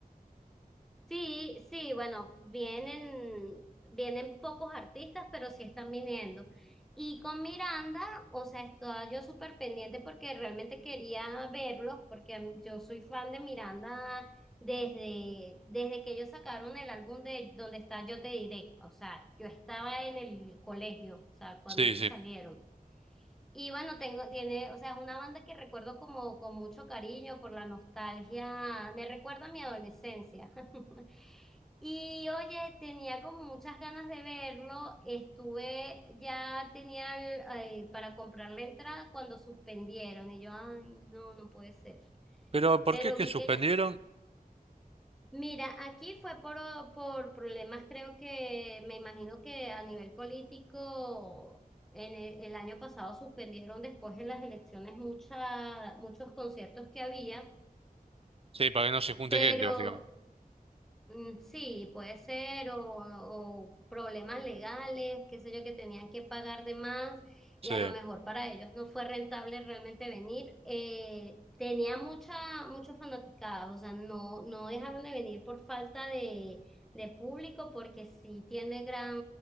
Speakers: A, in the centre; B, on the right.
A: Sí, sí, bueno, vienen, vienen pocos artistas, pero sí están viniendo. Y con Miranda, o sea, estaba yo súper pendiente porque realmente quería verlos, porque a mí- yo soy fan de Miranda desde, desde que ellos sacaron el álbum de Donde está Yo te diré. O sea, yo estaba en el colegio, o sea, cuando
B: Sí,
A: ellos
B: sí.
A: salieron. Y bueno, tengo, tiene, o sea, es una banda que recuerdo como con mucho cariño por la nostalgia, me recuerda a mi adolescencia. <laughs> Y oye, tenía como muchas ganas de verlo. Estuve, ya tenía el, eh, para comprar la entrada cuando suspendieron y yo, ay, no, no puede ser.
B: Pero ¿por
A: Pero
B: qué es que
A: vi
B: suspendieron?
A: que ellos, mira, aquí fue por, por problemas, creo que, me imagino que a nivel político, en el, el año pasado suspendieron después de las elecciones mucha, muchos conciertos que había.
B: Sí, para que no se junte
A: Pero
B: gente, básicamente.
A: Mm, Sí, puede ser, o, o problemas legales, qué sé yo, que tenían que pagar de más
B: Sí.
A: y a lo mejor para ellos no fue rentable realmente venir. Eh, tenía mucha, muchos fanaticados, o sea, no, no dejaron de venir por falta de, de público, porque sí tiene gran,